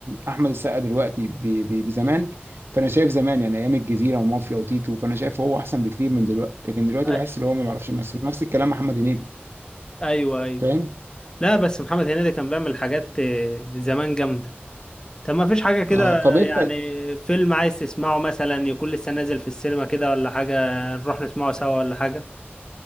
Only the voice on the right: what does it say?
احمد السقا دلوقتي ب- ب- بزمان فانا شايف زمان يعني ايام الجزيره ومافيا وتيتو فانا شايف هو احسن بكتير من دلوقتي لكن دلوقتي
بحس ان هو ما بيعرفش يمثل نفس الكلام محمد هنيدي
فاهم
اه طب انت